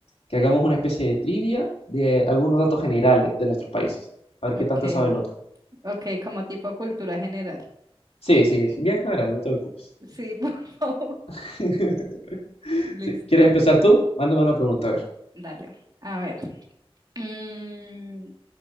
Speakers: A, on the left; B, on the right.
A: que hagamos una especie de trivia de algunos datos generales de nuestros países. A ver
B: Ok,
A: qué tanto sabe el otro.
B: ok, como tipo cultura general.
A: Sí, sí, bien general, no te preocupes.
B: Sí, <laughs> por favor.
A: <laughs>
B: Listo,
A: Sí, ¿Quieres empezar tú? Mándame una pregunta, a ver.
B: dale. A ver, mm,